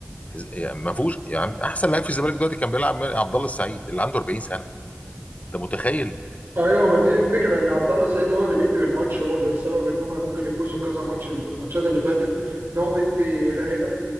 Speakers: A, on the left; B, on the right.
A: يعني ما فيهوش يعني احسن لعيب في الزمالك دلوقتي كان بيلعب عبد الله السعيد اللي عنده 40 سنه انت متخيل
B: ايوه هو دي الفكره ان عبد الله السعيد هو اللي بيقلب الماتش هو اللي السبب ان هم ممكن يفوزوا في كذا ماتش في الماتشات اللي فاتت ان هو بيدي لعيبه